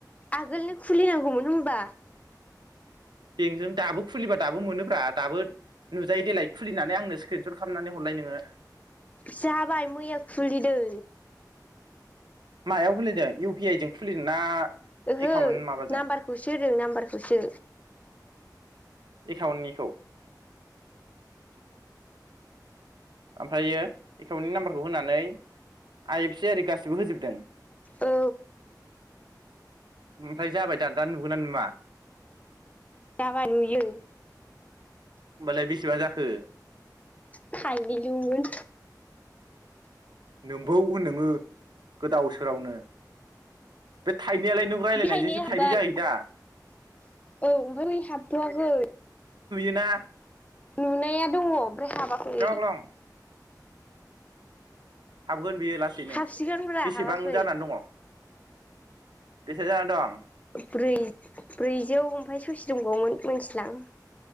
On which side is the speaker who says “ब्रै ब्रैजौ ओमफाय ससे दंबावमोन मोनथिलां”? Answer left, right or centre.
Left